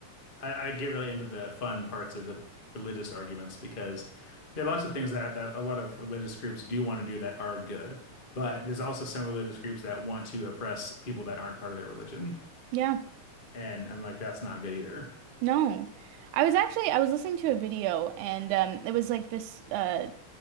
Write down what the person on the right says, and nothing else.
yeah,
no. I was actually I was listening to a video and um, it was like this uh,